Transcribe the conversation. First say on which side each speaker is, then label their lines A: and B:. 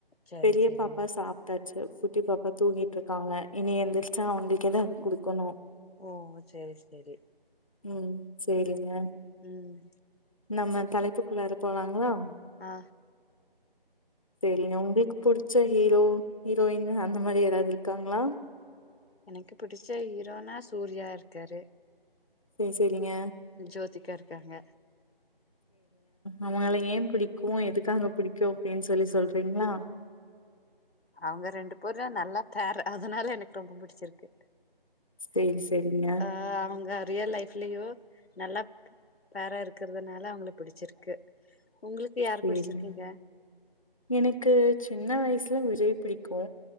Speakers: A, on the left; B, on the left.
A: சரி
B: பெரிய
A: சரிங்க
B: பாப்பா சாப் டாச்சு குட்டி பாப்பா தூங்கிட்டு இருக்காங்க இனி எந்திரிச்சா அவுங்களுக்கு எதாது குடுக்கணு
A: ஓ சரி சரி
B: ம் சேரிங்க
A: ம் ம்
B: நம்ம தலைப்புக்குள்ளார போலாங்களா
A: ஆ
B: சேரிங்க உங்ளுக்கு புடுச்ச ஹீரோ ஹீரோயின் அந்த மாரி யாராவது இருக்காங்களா
A: எனக்கு பிடிச்ச ஹீரோனா சூர்யா இருக்காரு
B: சேரி சேரிங்க
A: ஜோதிக்கா இருக்காங்க
B: அவுங்கள ஏன் பிடிக்கு எதுக்காக பிடிக்கு அப்டின்னு சொல்லி சொல்றீங்ளா
A: அவுங்க ரெண்டு பேரு நல்ல பேர் அதுனால எனக்கு ரொம்ப புடுச்சிருக்கு
B: சேரி சேரிங்க
A: ஆ அவுங்க ரியல் லைஃப் லையு நல்லா பேரா இருக்கறதுனால அவுங்கள புடுச்சிருக்கு உங்களுக்கு யார
B: சேரிங்க
A: புடுச்சிருக்குங்க
B: எனக்கு சின்ன வயசுல விஜய் பிடிக்கு